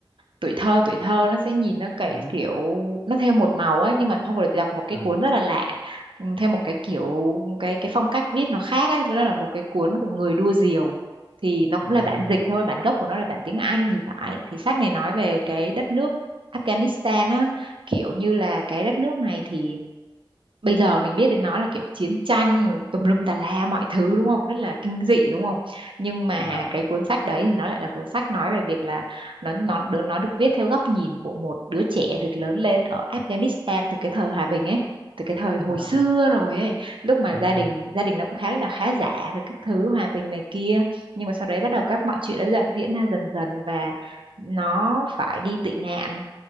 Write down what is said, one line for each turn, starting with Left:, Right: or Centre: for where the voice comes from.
Right: tuổi thơ tuổi thơ nó sẽ nhìn nó cái
Left: đúng
Right: kiểu nó theo một màu ấy nhưng mà hôm vừa rồi chị đọc một cái
Left: vâng
Right: cuốn rất là lạ ừm, theo một cái kiểu cái cái phong cách viết nó khác ấy đó là một cái cuốn của người đua diều thì nó cũng
Left: à,
Right: là bản dịch thôi bản gốc của nó là bản tiếng Anh thì phải thì sách này nói về cái đất nước Afghanistan á kiểu như là cái đất nước này thì bây giờ mình biết đến nó là kiểu chiến tranh rồi tùm lum tà la mọi thứ đúng không rất là kinh dị đúng không nhưng mà
Left: vâng
Right: cái cuốn sách đấy thì nó lại là cuốn sách nói về việc là nó nó đứa- nó được viết theo góc nhìn của một đứa trẻ được lớn lên ở Afghanistan từ cái thời hòa bình ấy từ cái thời hồi
Left: vâng
Right: xưa rồi ấy lúc mà
Left: ừ.
Right: gia đình gia đình nó cũng khá là khá giả rồi các thứ hòa bình này kia nhưng mà sau đấy bắt đầu các mọi chuyện đã dần diễn ra dần dần và nó phải đi tị nạn